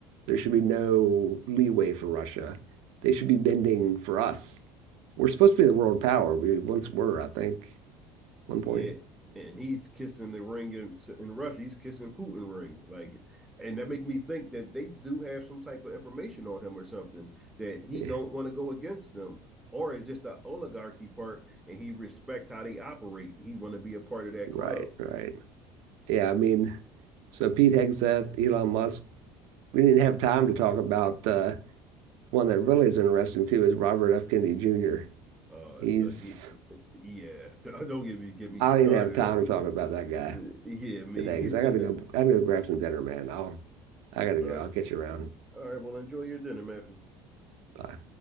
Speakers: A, on the right; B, in the centre.
A: There should be no leeway for Russia. They should be bending for us. We're supposed to be the world power. We once were, I think, at one
B: Yeah,
A: point. <laughs>
B: and he's kissing the ring in, to- in Russia. He's kissing Putin ring, like, and that make me think that they do have some type of information on him or something that he
A: yeah.
B: don't want to go against them, or it's just the oligarchy part, and he respect how they operate. He want to be a part of that
A: Right,
B: club.
A: right. Yeah, I mean, so Pete Hegseth, Elon Musk. We didn't have time to talk about uh, one that really is interesting too is Robert F. Kennedy Jr.
B: Uh,
A: He's
B: the, the yeah, <laughs> don't get me get me
A: I
B: started
A: don't even have time
B: on
A: to talk about that guy
B: <laughs> yeah me.
A: today because I
B: <laughs>
A: gotta
B: all,
A: go. I gotta go grab some dinner, man. I'll I gotta go.
B: right,
A: I'll catch you around.
B: all right, well enjoy your dinner, Matthew.
A: Bye.